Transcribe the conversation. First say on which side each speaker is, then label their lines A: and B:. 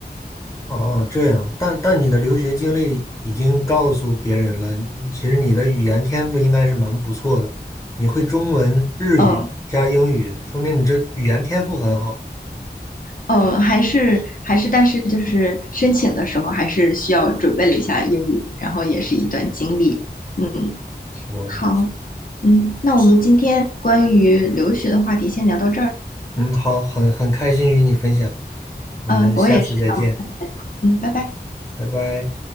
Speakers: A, on the left; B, on the left.
A: 哦，这样，但但你的留学经历已经告诉别人了，你其实你的语言天赋应该是蛮不错的，你会中文、日语加英语，
B: 嗯，
A: 说明你这语言天赋很好。
B: 嗯，还是还是，但是就是申请的时候还是需要准备了一下英语，然后也是一段经历。嗯，
A: 我，
B: 好，嗯，那我们今天关于留学的话题先聊到这儿。
A: 嗯，好，很很开心与你分享，我们下次再见，
B: 嗯，我也是，嗯，拜拜。
A: 拜拜。